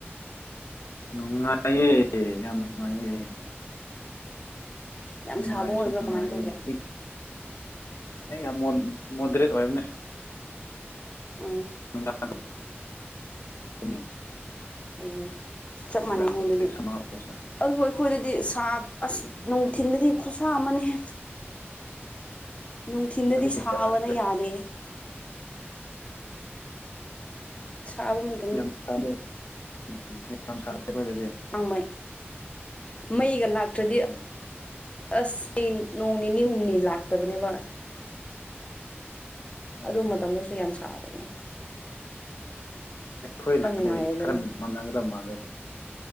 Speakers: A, on the left (about 80°); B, on the left (about 30°).
A: ꯅꯨꯡꯉꯥꯏꯌꯦ ꯑꯦ ꯌꯥꯝ ꯅꯨꯡꯉꯥꯏꯌꯦ
B: ꯌꯥꯝ
A: ꯅꯨꯡꯉꯥꯏꯁꯨ
B: ꯁꯥꯕ ꯑꯣꯏꯕ꯭ꯔꯥ
A: ꯅꯨꯡꯉꯥꯏꯑꯦ
B: ꯀꯃꯥꯏꯅ ꯇꯧꯒꯦ
A: ꯏ ꯑꯩ ꯌꯥꯝ ꯃꯣ ꯃꯣꯗꯔꯦꯠ ꯑꯣꯏꯕꯅꯦ
B: ꯎꯝ
A: ꯅꯨꯛꯗꯥꯛ <inaudible>
B: ꯑꯣ ꯆꯞ
A: ꯅꯨꯡꯗꯥꯡ
B: ꯃꯥꯟꯅꯩꯅꯦ
A: ꯍꯧꯖꯤꯛ
B: ꯑꯗꯨꯗꯤ
A: ꯁꯝꯃꯔ ꯑꯣꯏꯕꯁꯤꯗ
B: ꯑꯗꯨꯕꯨ ꯑꯩꯈꯣꯏꯗꯗꯤ ꯁꯥ ꯑꯁ ꯅꯨꯡꯊꯤꯟꯗꯗꯤ ꯈꯨꯠꯁꯥ ꯑꯃꯅꯦꯍꯦ ꯅꯨꯡꯊꯤꯟꯗꯗꯤ
A: ꯑꯩꯈꯣꯏꯗꯤ ꯀꯌꯥ
B: ꯁꯥꯕꯅ
A: ꯁꯥꯗꯦ
B: ꯌꯥꯗꯦ ꯁꯥꯕꯒꯨꯝ
A: ꯌꯥꯝ ꯁꯥꯔꯦ ꯎꯝꯝ ꯌꯥꯝ ꯁꯥꯔꯦ ꯑꯩꯈꯣꯏ ꯑꯗꯨꯗꯤ
B: ꯍꯥꯡꯃꯩ ꯃꯩꯒ ꯂꯥꯛꯇ꯭ꯔꯗꯤ
A: ꯎꯝ
B: ꯑꯁ ꯑꯩ ꯅꯣꯡ ꯅꯤꯅꯤ ꯍꯨꯝꯅꯤ ꯂꯥꯛꯇꯕꯅꯦꯕ ꯑꯁ
A: ꯑꯣ
B: ꯑꯗꯨ ꯃꯇꯝꯗꯨꯁꯨ ꯌꯥꯝ ꯁꯥꯕꯅꯦ
A: ꯑꯩꯈꯣꯏ
B: ꯈꯔ
A: ꯂꯥꯡꯈꯩ
B: ꯅꯨꯡꯉꯥꯏꯔꯦꯗꯅ
A: ꯈꯔ ꯃꯥꯟꯅꯒꯗꯧ ꯃꯥꯜꯂꯕ